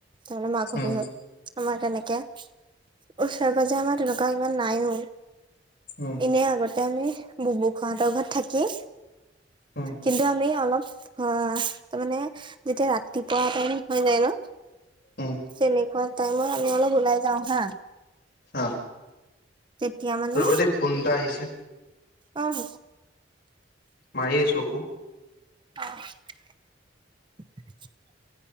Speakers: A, on the right (about 25°); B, on the left (about 60°).
A: তাৰমানে মাঘ
B: উম
A: বিহুত আমাৰ তেনেকে ওচৰ পাজে আমাৰ তেনেকুৱা ইমান নায়ো
B: উম
A: এনেই আগতে আমি বোবো খুৰাহঁতৰ ঘৰত থাকি
B: উম
A: কিন্তু আমি অলপ আহ তাৰ মানে যেতিয়া ৰাতিপুৱা এ টাইম হৈ যায় ন
B: উম
A: তেনেকুৱা টাইমত আমি অলপ ওলাই যাওঁ হা
B: অ
A: তেতিয়া মানে
B: ৰ'বা দেই ফোন এটা আহিছে
A: অ হ'ব
B: মাৰি আছোঁ আকো
A: অ